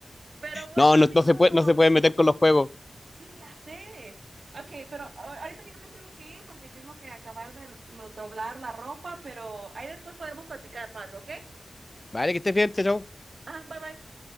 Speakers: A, on the right (about 55°); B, on the left (about 25°).
A: Pero bueno,
B: no, no,
A: amigo,
B: no se puede, no se pueden meter con los juegos.
A: Sí, ya sé. Ok, pero a- ahorita ya me tengo que ir porque tengo que acabar de r- lo- doblar la ropa, pero ahí después podemos platicar más, ¿ok?
B: Vale, que estés bien, chao. chao.
A: Ah, bye bye.